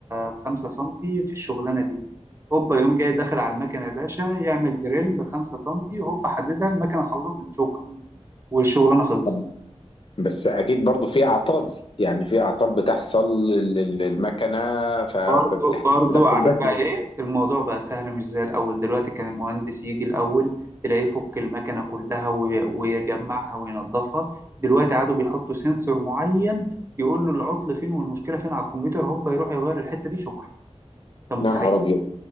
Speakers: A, on the right; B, on the left.
A: خمسة سنتي في الشغلانة دي هوبا يقوم جاي داخل على المكنة يا باشا يعمل دريل خمسة سنتي هوبا حددها المكنة خلصت شكرا والشغلانة خلصت
B: طب بس اكيد برضو في اعطال يعني في اعطال بتحصل لل- للمكنه فبتدخل
A: برضو برضو عارف
B: بشري
A: بقى ايه الموضوع بقى سهل مش زي الاول دلوقتي كان المهندس يجي الاول تلاقيه يفك المكنه كلها وي- ويجمعها وينظفها دلوقتي عادوا بيحطوا سنسور معين يقول له العطل فين والمشكله فين على الكمبيوتر هوبا يروح يغير الحته دي شكرا انت متخيل
B: يا نهار ابيض